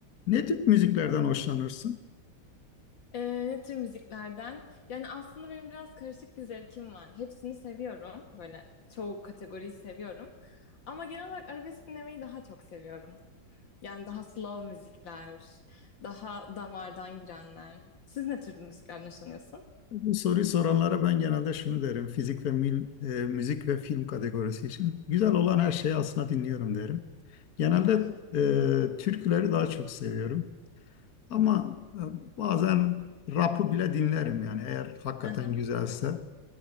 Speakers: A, on the left; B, on the left.
A: Ne tip müziklerden hoşlanırsın?
B: Ee, ne tür müziklerden? Yani aslında benim biraz karışık bir zevkim var. Hepsini seviyorum. Böyle çoğu kategoriyi seviyorum. Ama genel olarak arabesk dinlemeyi daha çok seviyorum. Yani daha slow müzikler, daha damardan girenler. Siz ne tür müziklerden hoşlanıyorsun?
A: Bu soruyu soranlara ben genelde şunu derim. Fizik ve mil- e, müzik ve film kategorisi için güzel olan her şeyi aslında dinliyorum derim. Genelde
B: Hı hı,
A: e, türküleri daha çok seviyorum. Ama e, bazen rap'ı bile dinlerim yani eğer hakikaten
B: hı hı,
A: güzelse.